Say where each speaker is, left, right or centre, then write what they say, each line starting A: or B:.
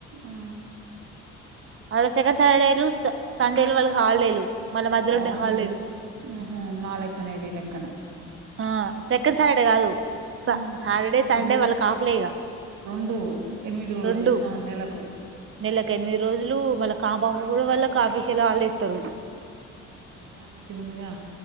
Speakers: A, on the right; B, on the right.
A: ఆ
B: వాళ్ళ సెకండ్ సాటర్డేలు స సండేలు వాళ్ళ హాలిడేలు మళ్ళ మధ్యలో
A: వాబ్బో
B: ఉండే హాలిడేలు
A: ఊ హు మలెక్కనే వీళ్ల కనా
B: ఆ సెకండ్ సాటర్డే కాదు స
A: ఆ
B: సాటర్డే సండే
A: ప్రతి
B: వాళ్ళకు అఫ్ లే ఇగ
A: రెండు ఎనిమిది రోజులు
B: రెండు
A: నెస నెలకు
B: నెలకు ఎనిమిది రోజులు మల్ల కాంఫ్ ఆఫ్ కూడా వాళ్ళకు ఆఫీషేలో హాలిడే ఇత్తరు
A: ఓ అమ్మ వాళ్ళ పని మంచిగా ఉందిగా